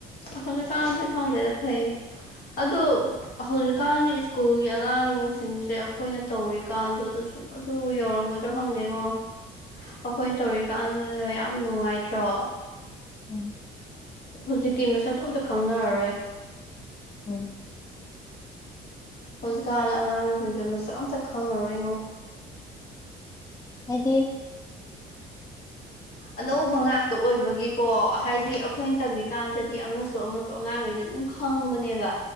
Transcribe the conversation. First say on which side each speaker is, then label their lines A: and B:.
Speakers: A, on the left; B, on the left.
A: ꯍꯧꯖꯤꯛ ꯀꯁꯨ ꯈꯥꯎꯗ ꯆ ꯐꯌꯦ ꯑꯗꯣ ꯍꯧꯖꯤꯛꯀꯥꯟ ꯁ꯭ꯀꯨꯜꯒꯤ ꯑꯉꯥꯡꯁꯤꯡꯁꯦ ꯑꯩꯈꯣꯏꯅ ꯇꯧꯔꯤꯀꯥꯟꯗ ꯑꯗꯨꯁꯨ ꯑꯗꯨ ꯌꯧꯔꯝꯒꯗ꯭ꯔꯥ ꯈꯪꯗꯦꯀꯣ ꯑꯩꯈꯣꯏ ꯇꯧꯔꯤꯀꯥꯟꯗ ꯌꯥꯝ ꯅꯨꯡꯉꯥꯏꯇ꯭ꯔꯣ
B: ꯎꯝ
A: ꯍꯧꯖꯤꯛꯇꯤ ꯃꯁꯛꯁꯨ ꯑꯝꯇ ꯈꯪꯅꯔꯔꯣꯏ
B: ꯎꯝ
A: ꯍꯧꯖꯤꯛꯀꯥꯟꯗ ꯑꯉꯥꯡꯁꯤꯡꯁꯦ ꯃꯁꯛ ꯑꯝꯇꯛ ꯈꯪꯉꯔꯣꯏꯉꯣ
B: ꯍꯥꯏꯗꯤ <unintelligible>
A: ꯑꯅꯧꯕ ꯉꯥꯛꯇ ꯑꯣꯏꯕꯒꯤꯀꯣ ꯍꯥꯏꯗꯤ ꯑꯩꯈꯣꯏꯅ ꯇꯝꯃꯤꯀꯥꯟꯗꯗꯤ ꯑꯃꯁꯨ ꯑꯃꯁꯨ ꯑꯉꯥꯡꯉꯩꯗꯝ ꯈꯪꯕꯅꯦꯕ